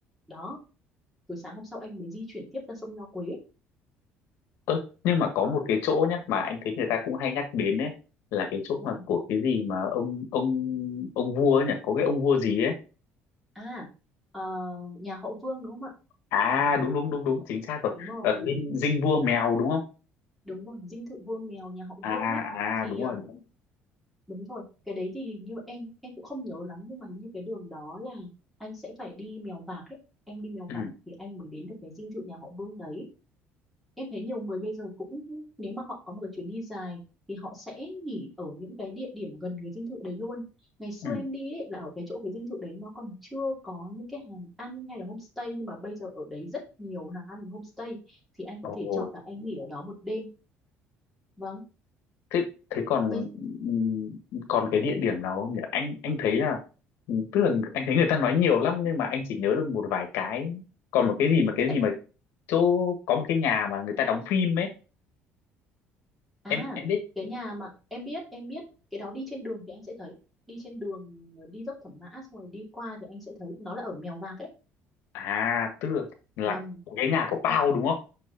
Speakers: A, in the centre; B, on the left.
A: đó rồi sáng hôm sau anh mới di chuyển tiếp ra sông Nho Quế
B: Ơ, nhưng mà có một cái chỗ nhá mà anh thấy người ta cũng hay nhắc đến ấy là cái chỗ
A: và
B: mà của cái gì mà ông ông ông vua ấy nhỉ có cái ông vua gì ấy
A: à ờ, nhà họ Vương đúng không ạ
B: à đúng đúng đúng đúng chính xác rồi
A: đúng rồi
B: Ờ, dinh dinh vua mèo đúng không
A: đúng rồi dinh thự vua mèo nhà họ
B: à
A: Vương ấy
B: à
A: thì
B: đúng
A: ờ,
B: rồi đúng rồi.
A: Đúng rồi, cái đấy thì hình như em em cũng không nhớ lắm nhưng mà hình như cái đường đó là anh sẽ phải đi Mèo Vạc ấy. Em đi Mèo
B: ừ
A: Vạc thì anh mới đến được cái dinh thự nhà họ Vương đấy. Em thấy nhiều người bây giờ cũng nếu mà họ có một cái chuyến đi dài thì họ sẽ nghỉ ở những cái địa điểm gần cái dinh thự đấy luôn. Ngày xưa
B: ừ
A: em đi ấy, là ở cái chỗ cái dinh thự đấy nó còn chưa có những cái hàng ăn hay là homestay nhưng mà bây giờ ở đấy rất nhiều hàng ăn homestay thì anh có
B: ồ
A: thể chọn là anh nghỉ ở đó một đêm. Vâng,
B: thế thế còn
A: bây
B: ừm, còn cái địa điểm nào không nhỉ anh anh thấy là ừm, tức là anh thấy người ta nói nhiều lắm nhưng mà anh chỉ nhớ được một vài cái còn một cái gì mà cái
A: tại
B: gì mà chỗ có một cái nhà mà người ta đóng phim ấy
A: À,
B: em em biết
A: cái nhà mà em biết, em biết cái đó đi trên đường thì anh sẽ thấy. Đi trên đường ờ, đi dốc Thẩm Mã xong rồi đi qua thì anh sẽ thấy nó là ở Mèo Vạc ấy.
B: à tức là, là
A: Vâng,
B: cái nhà của Pao đúng không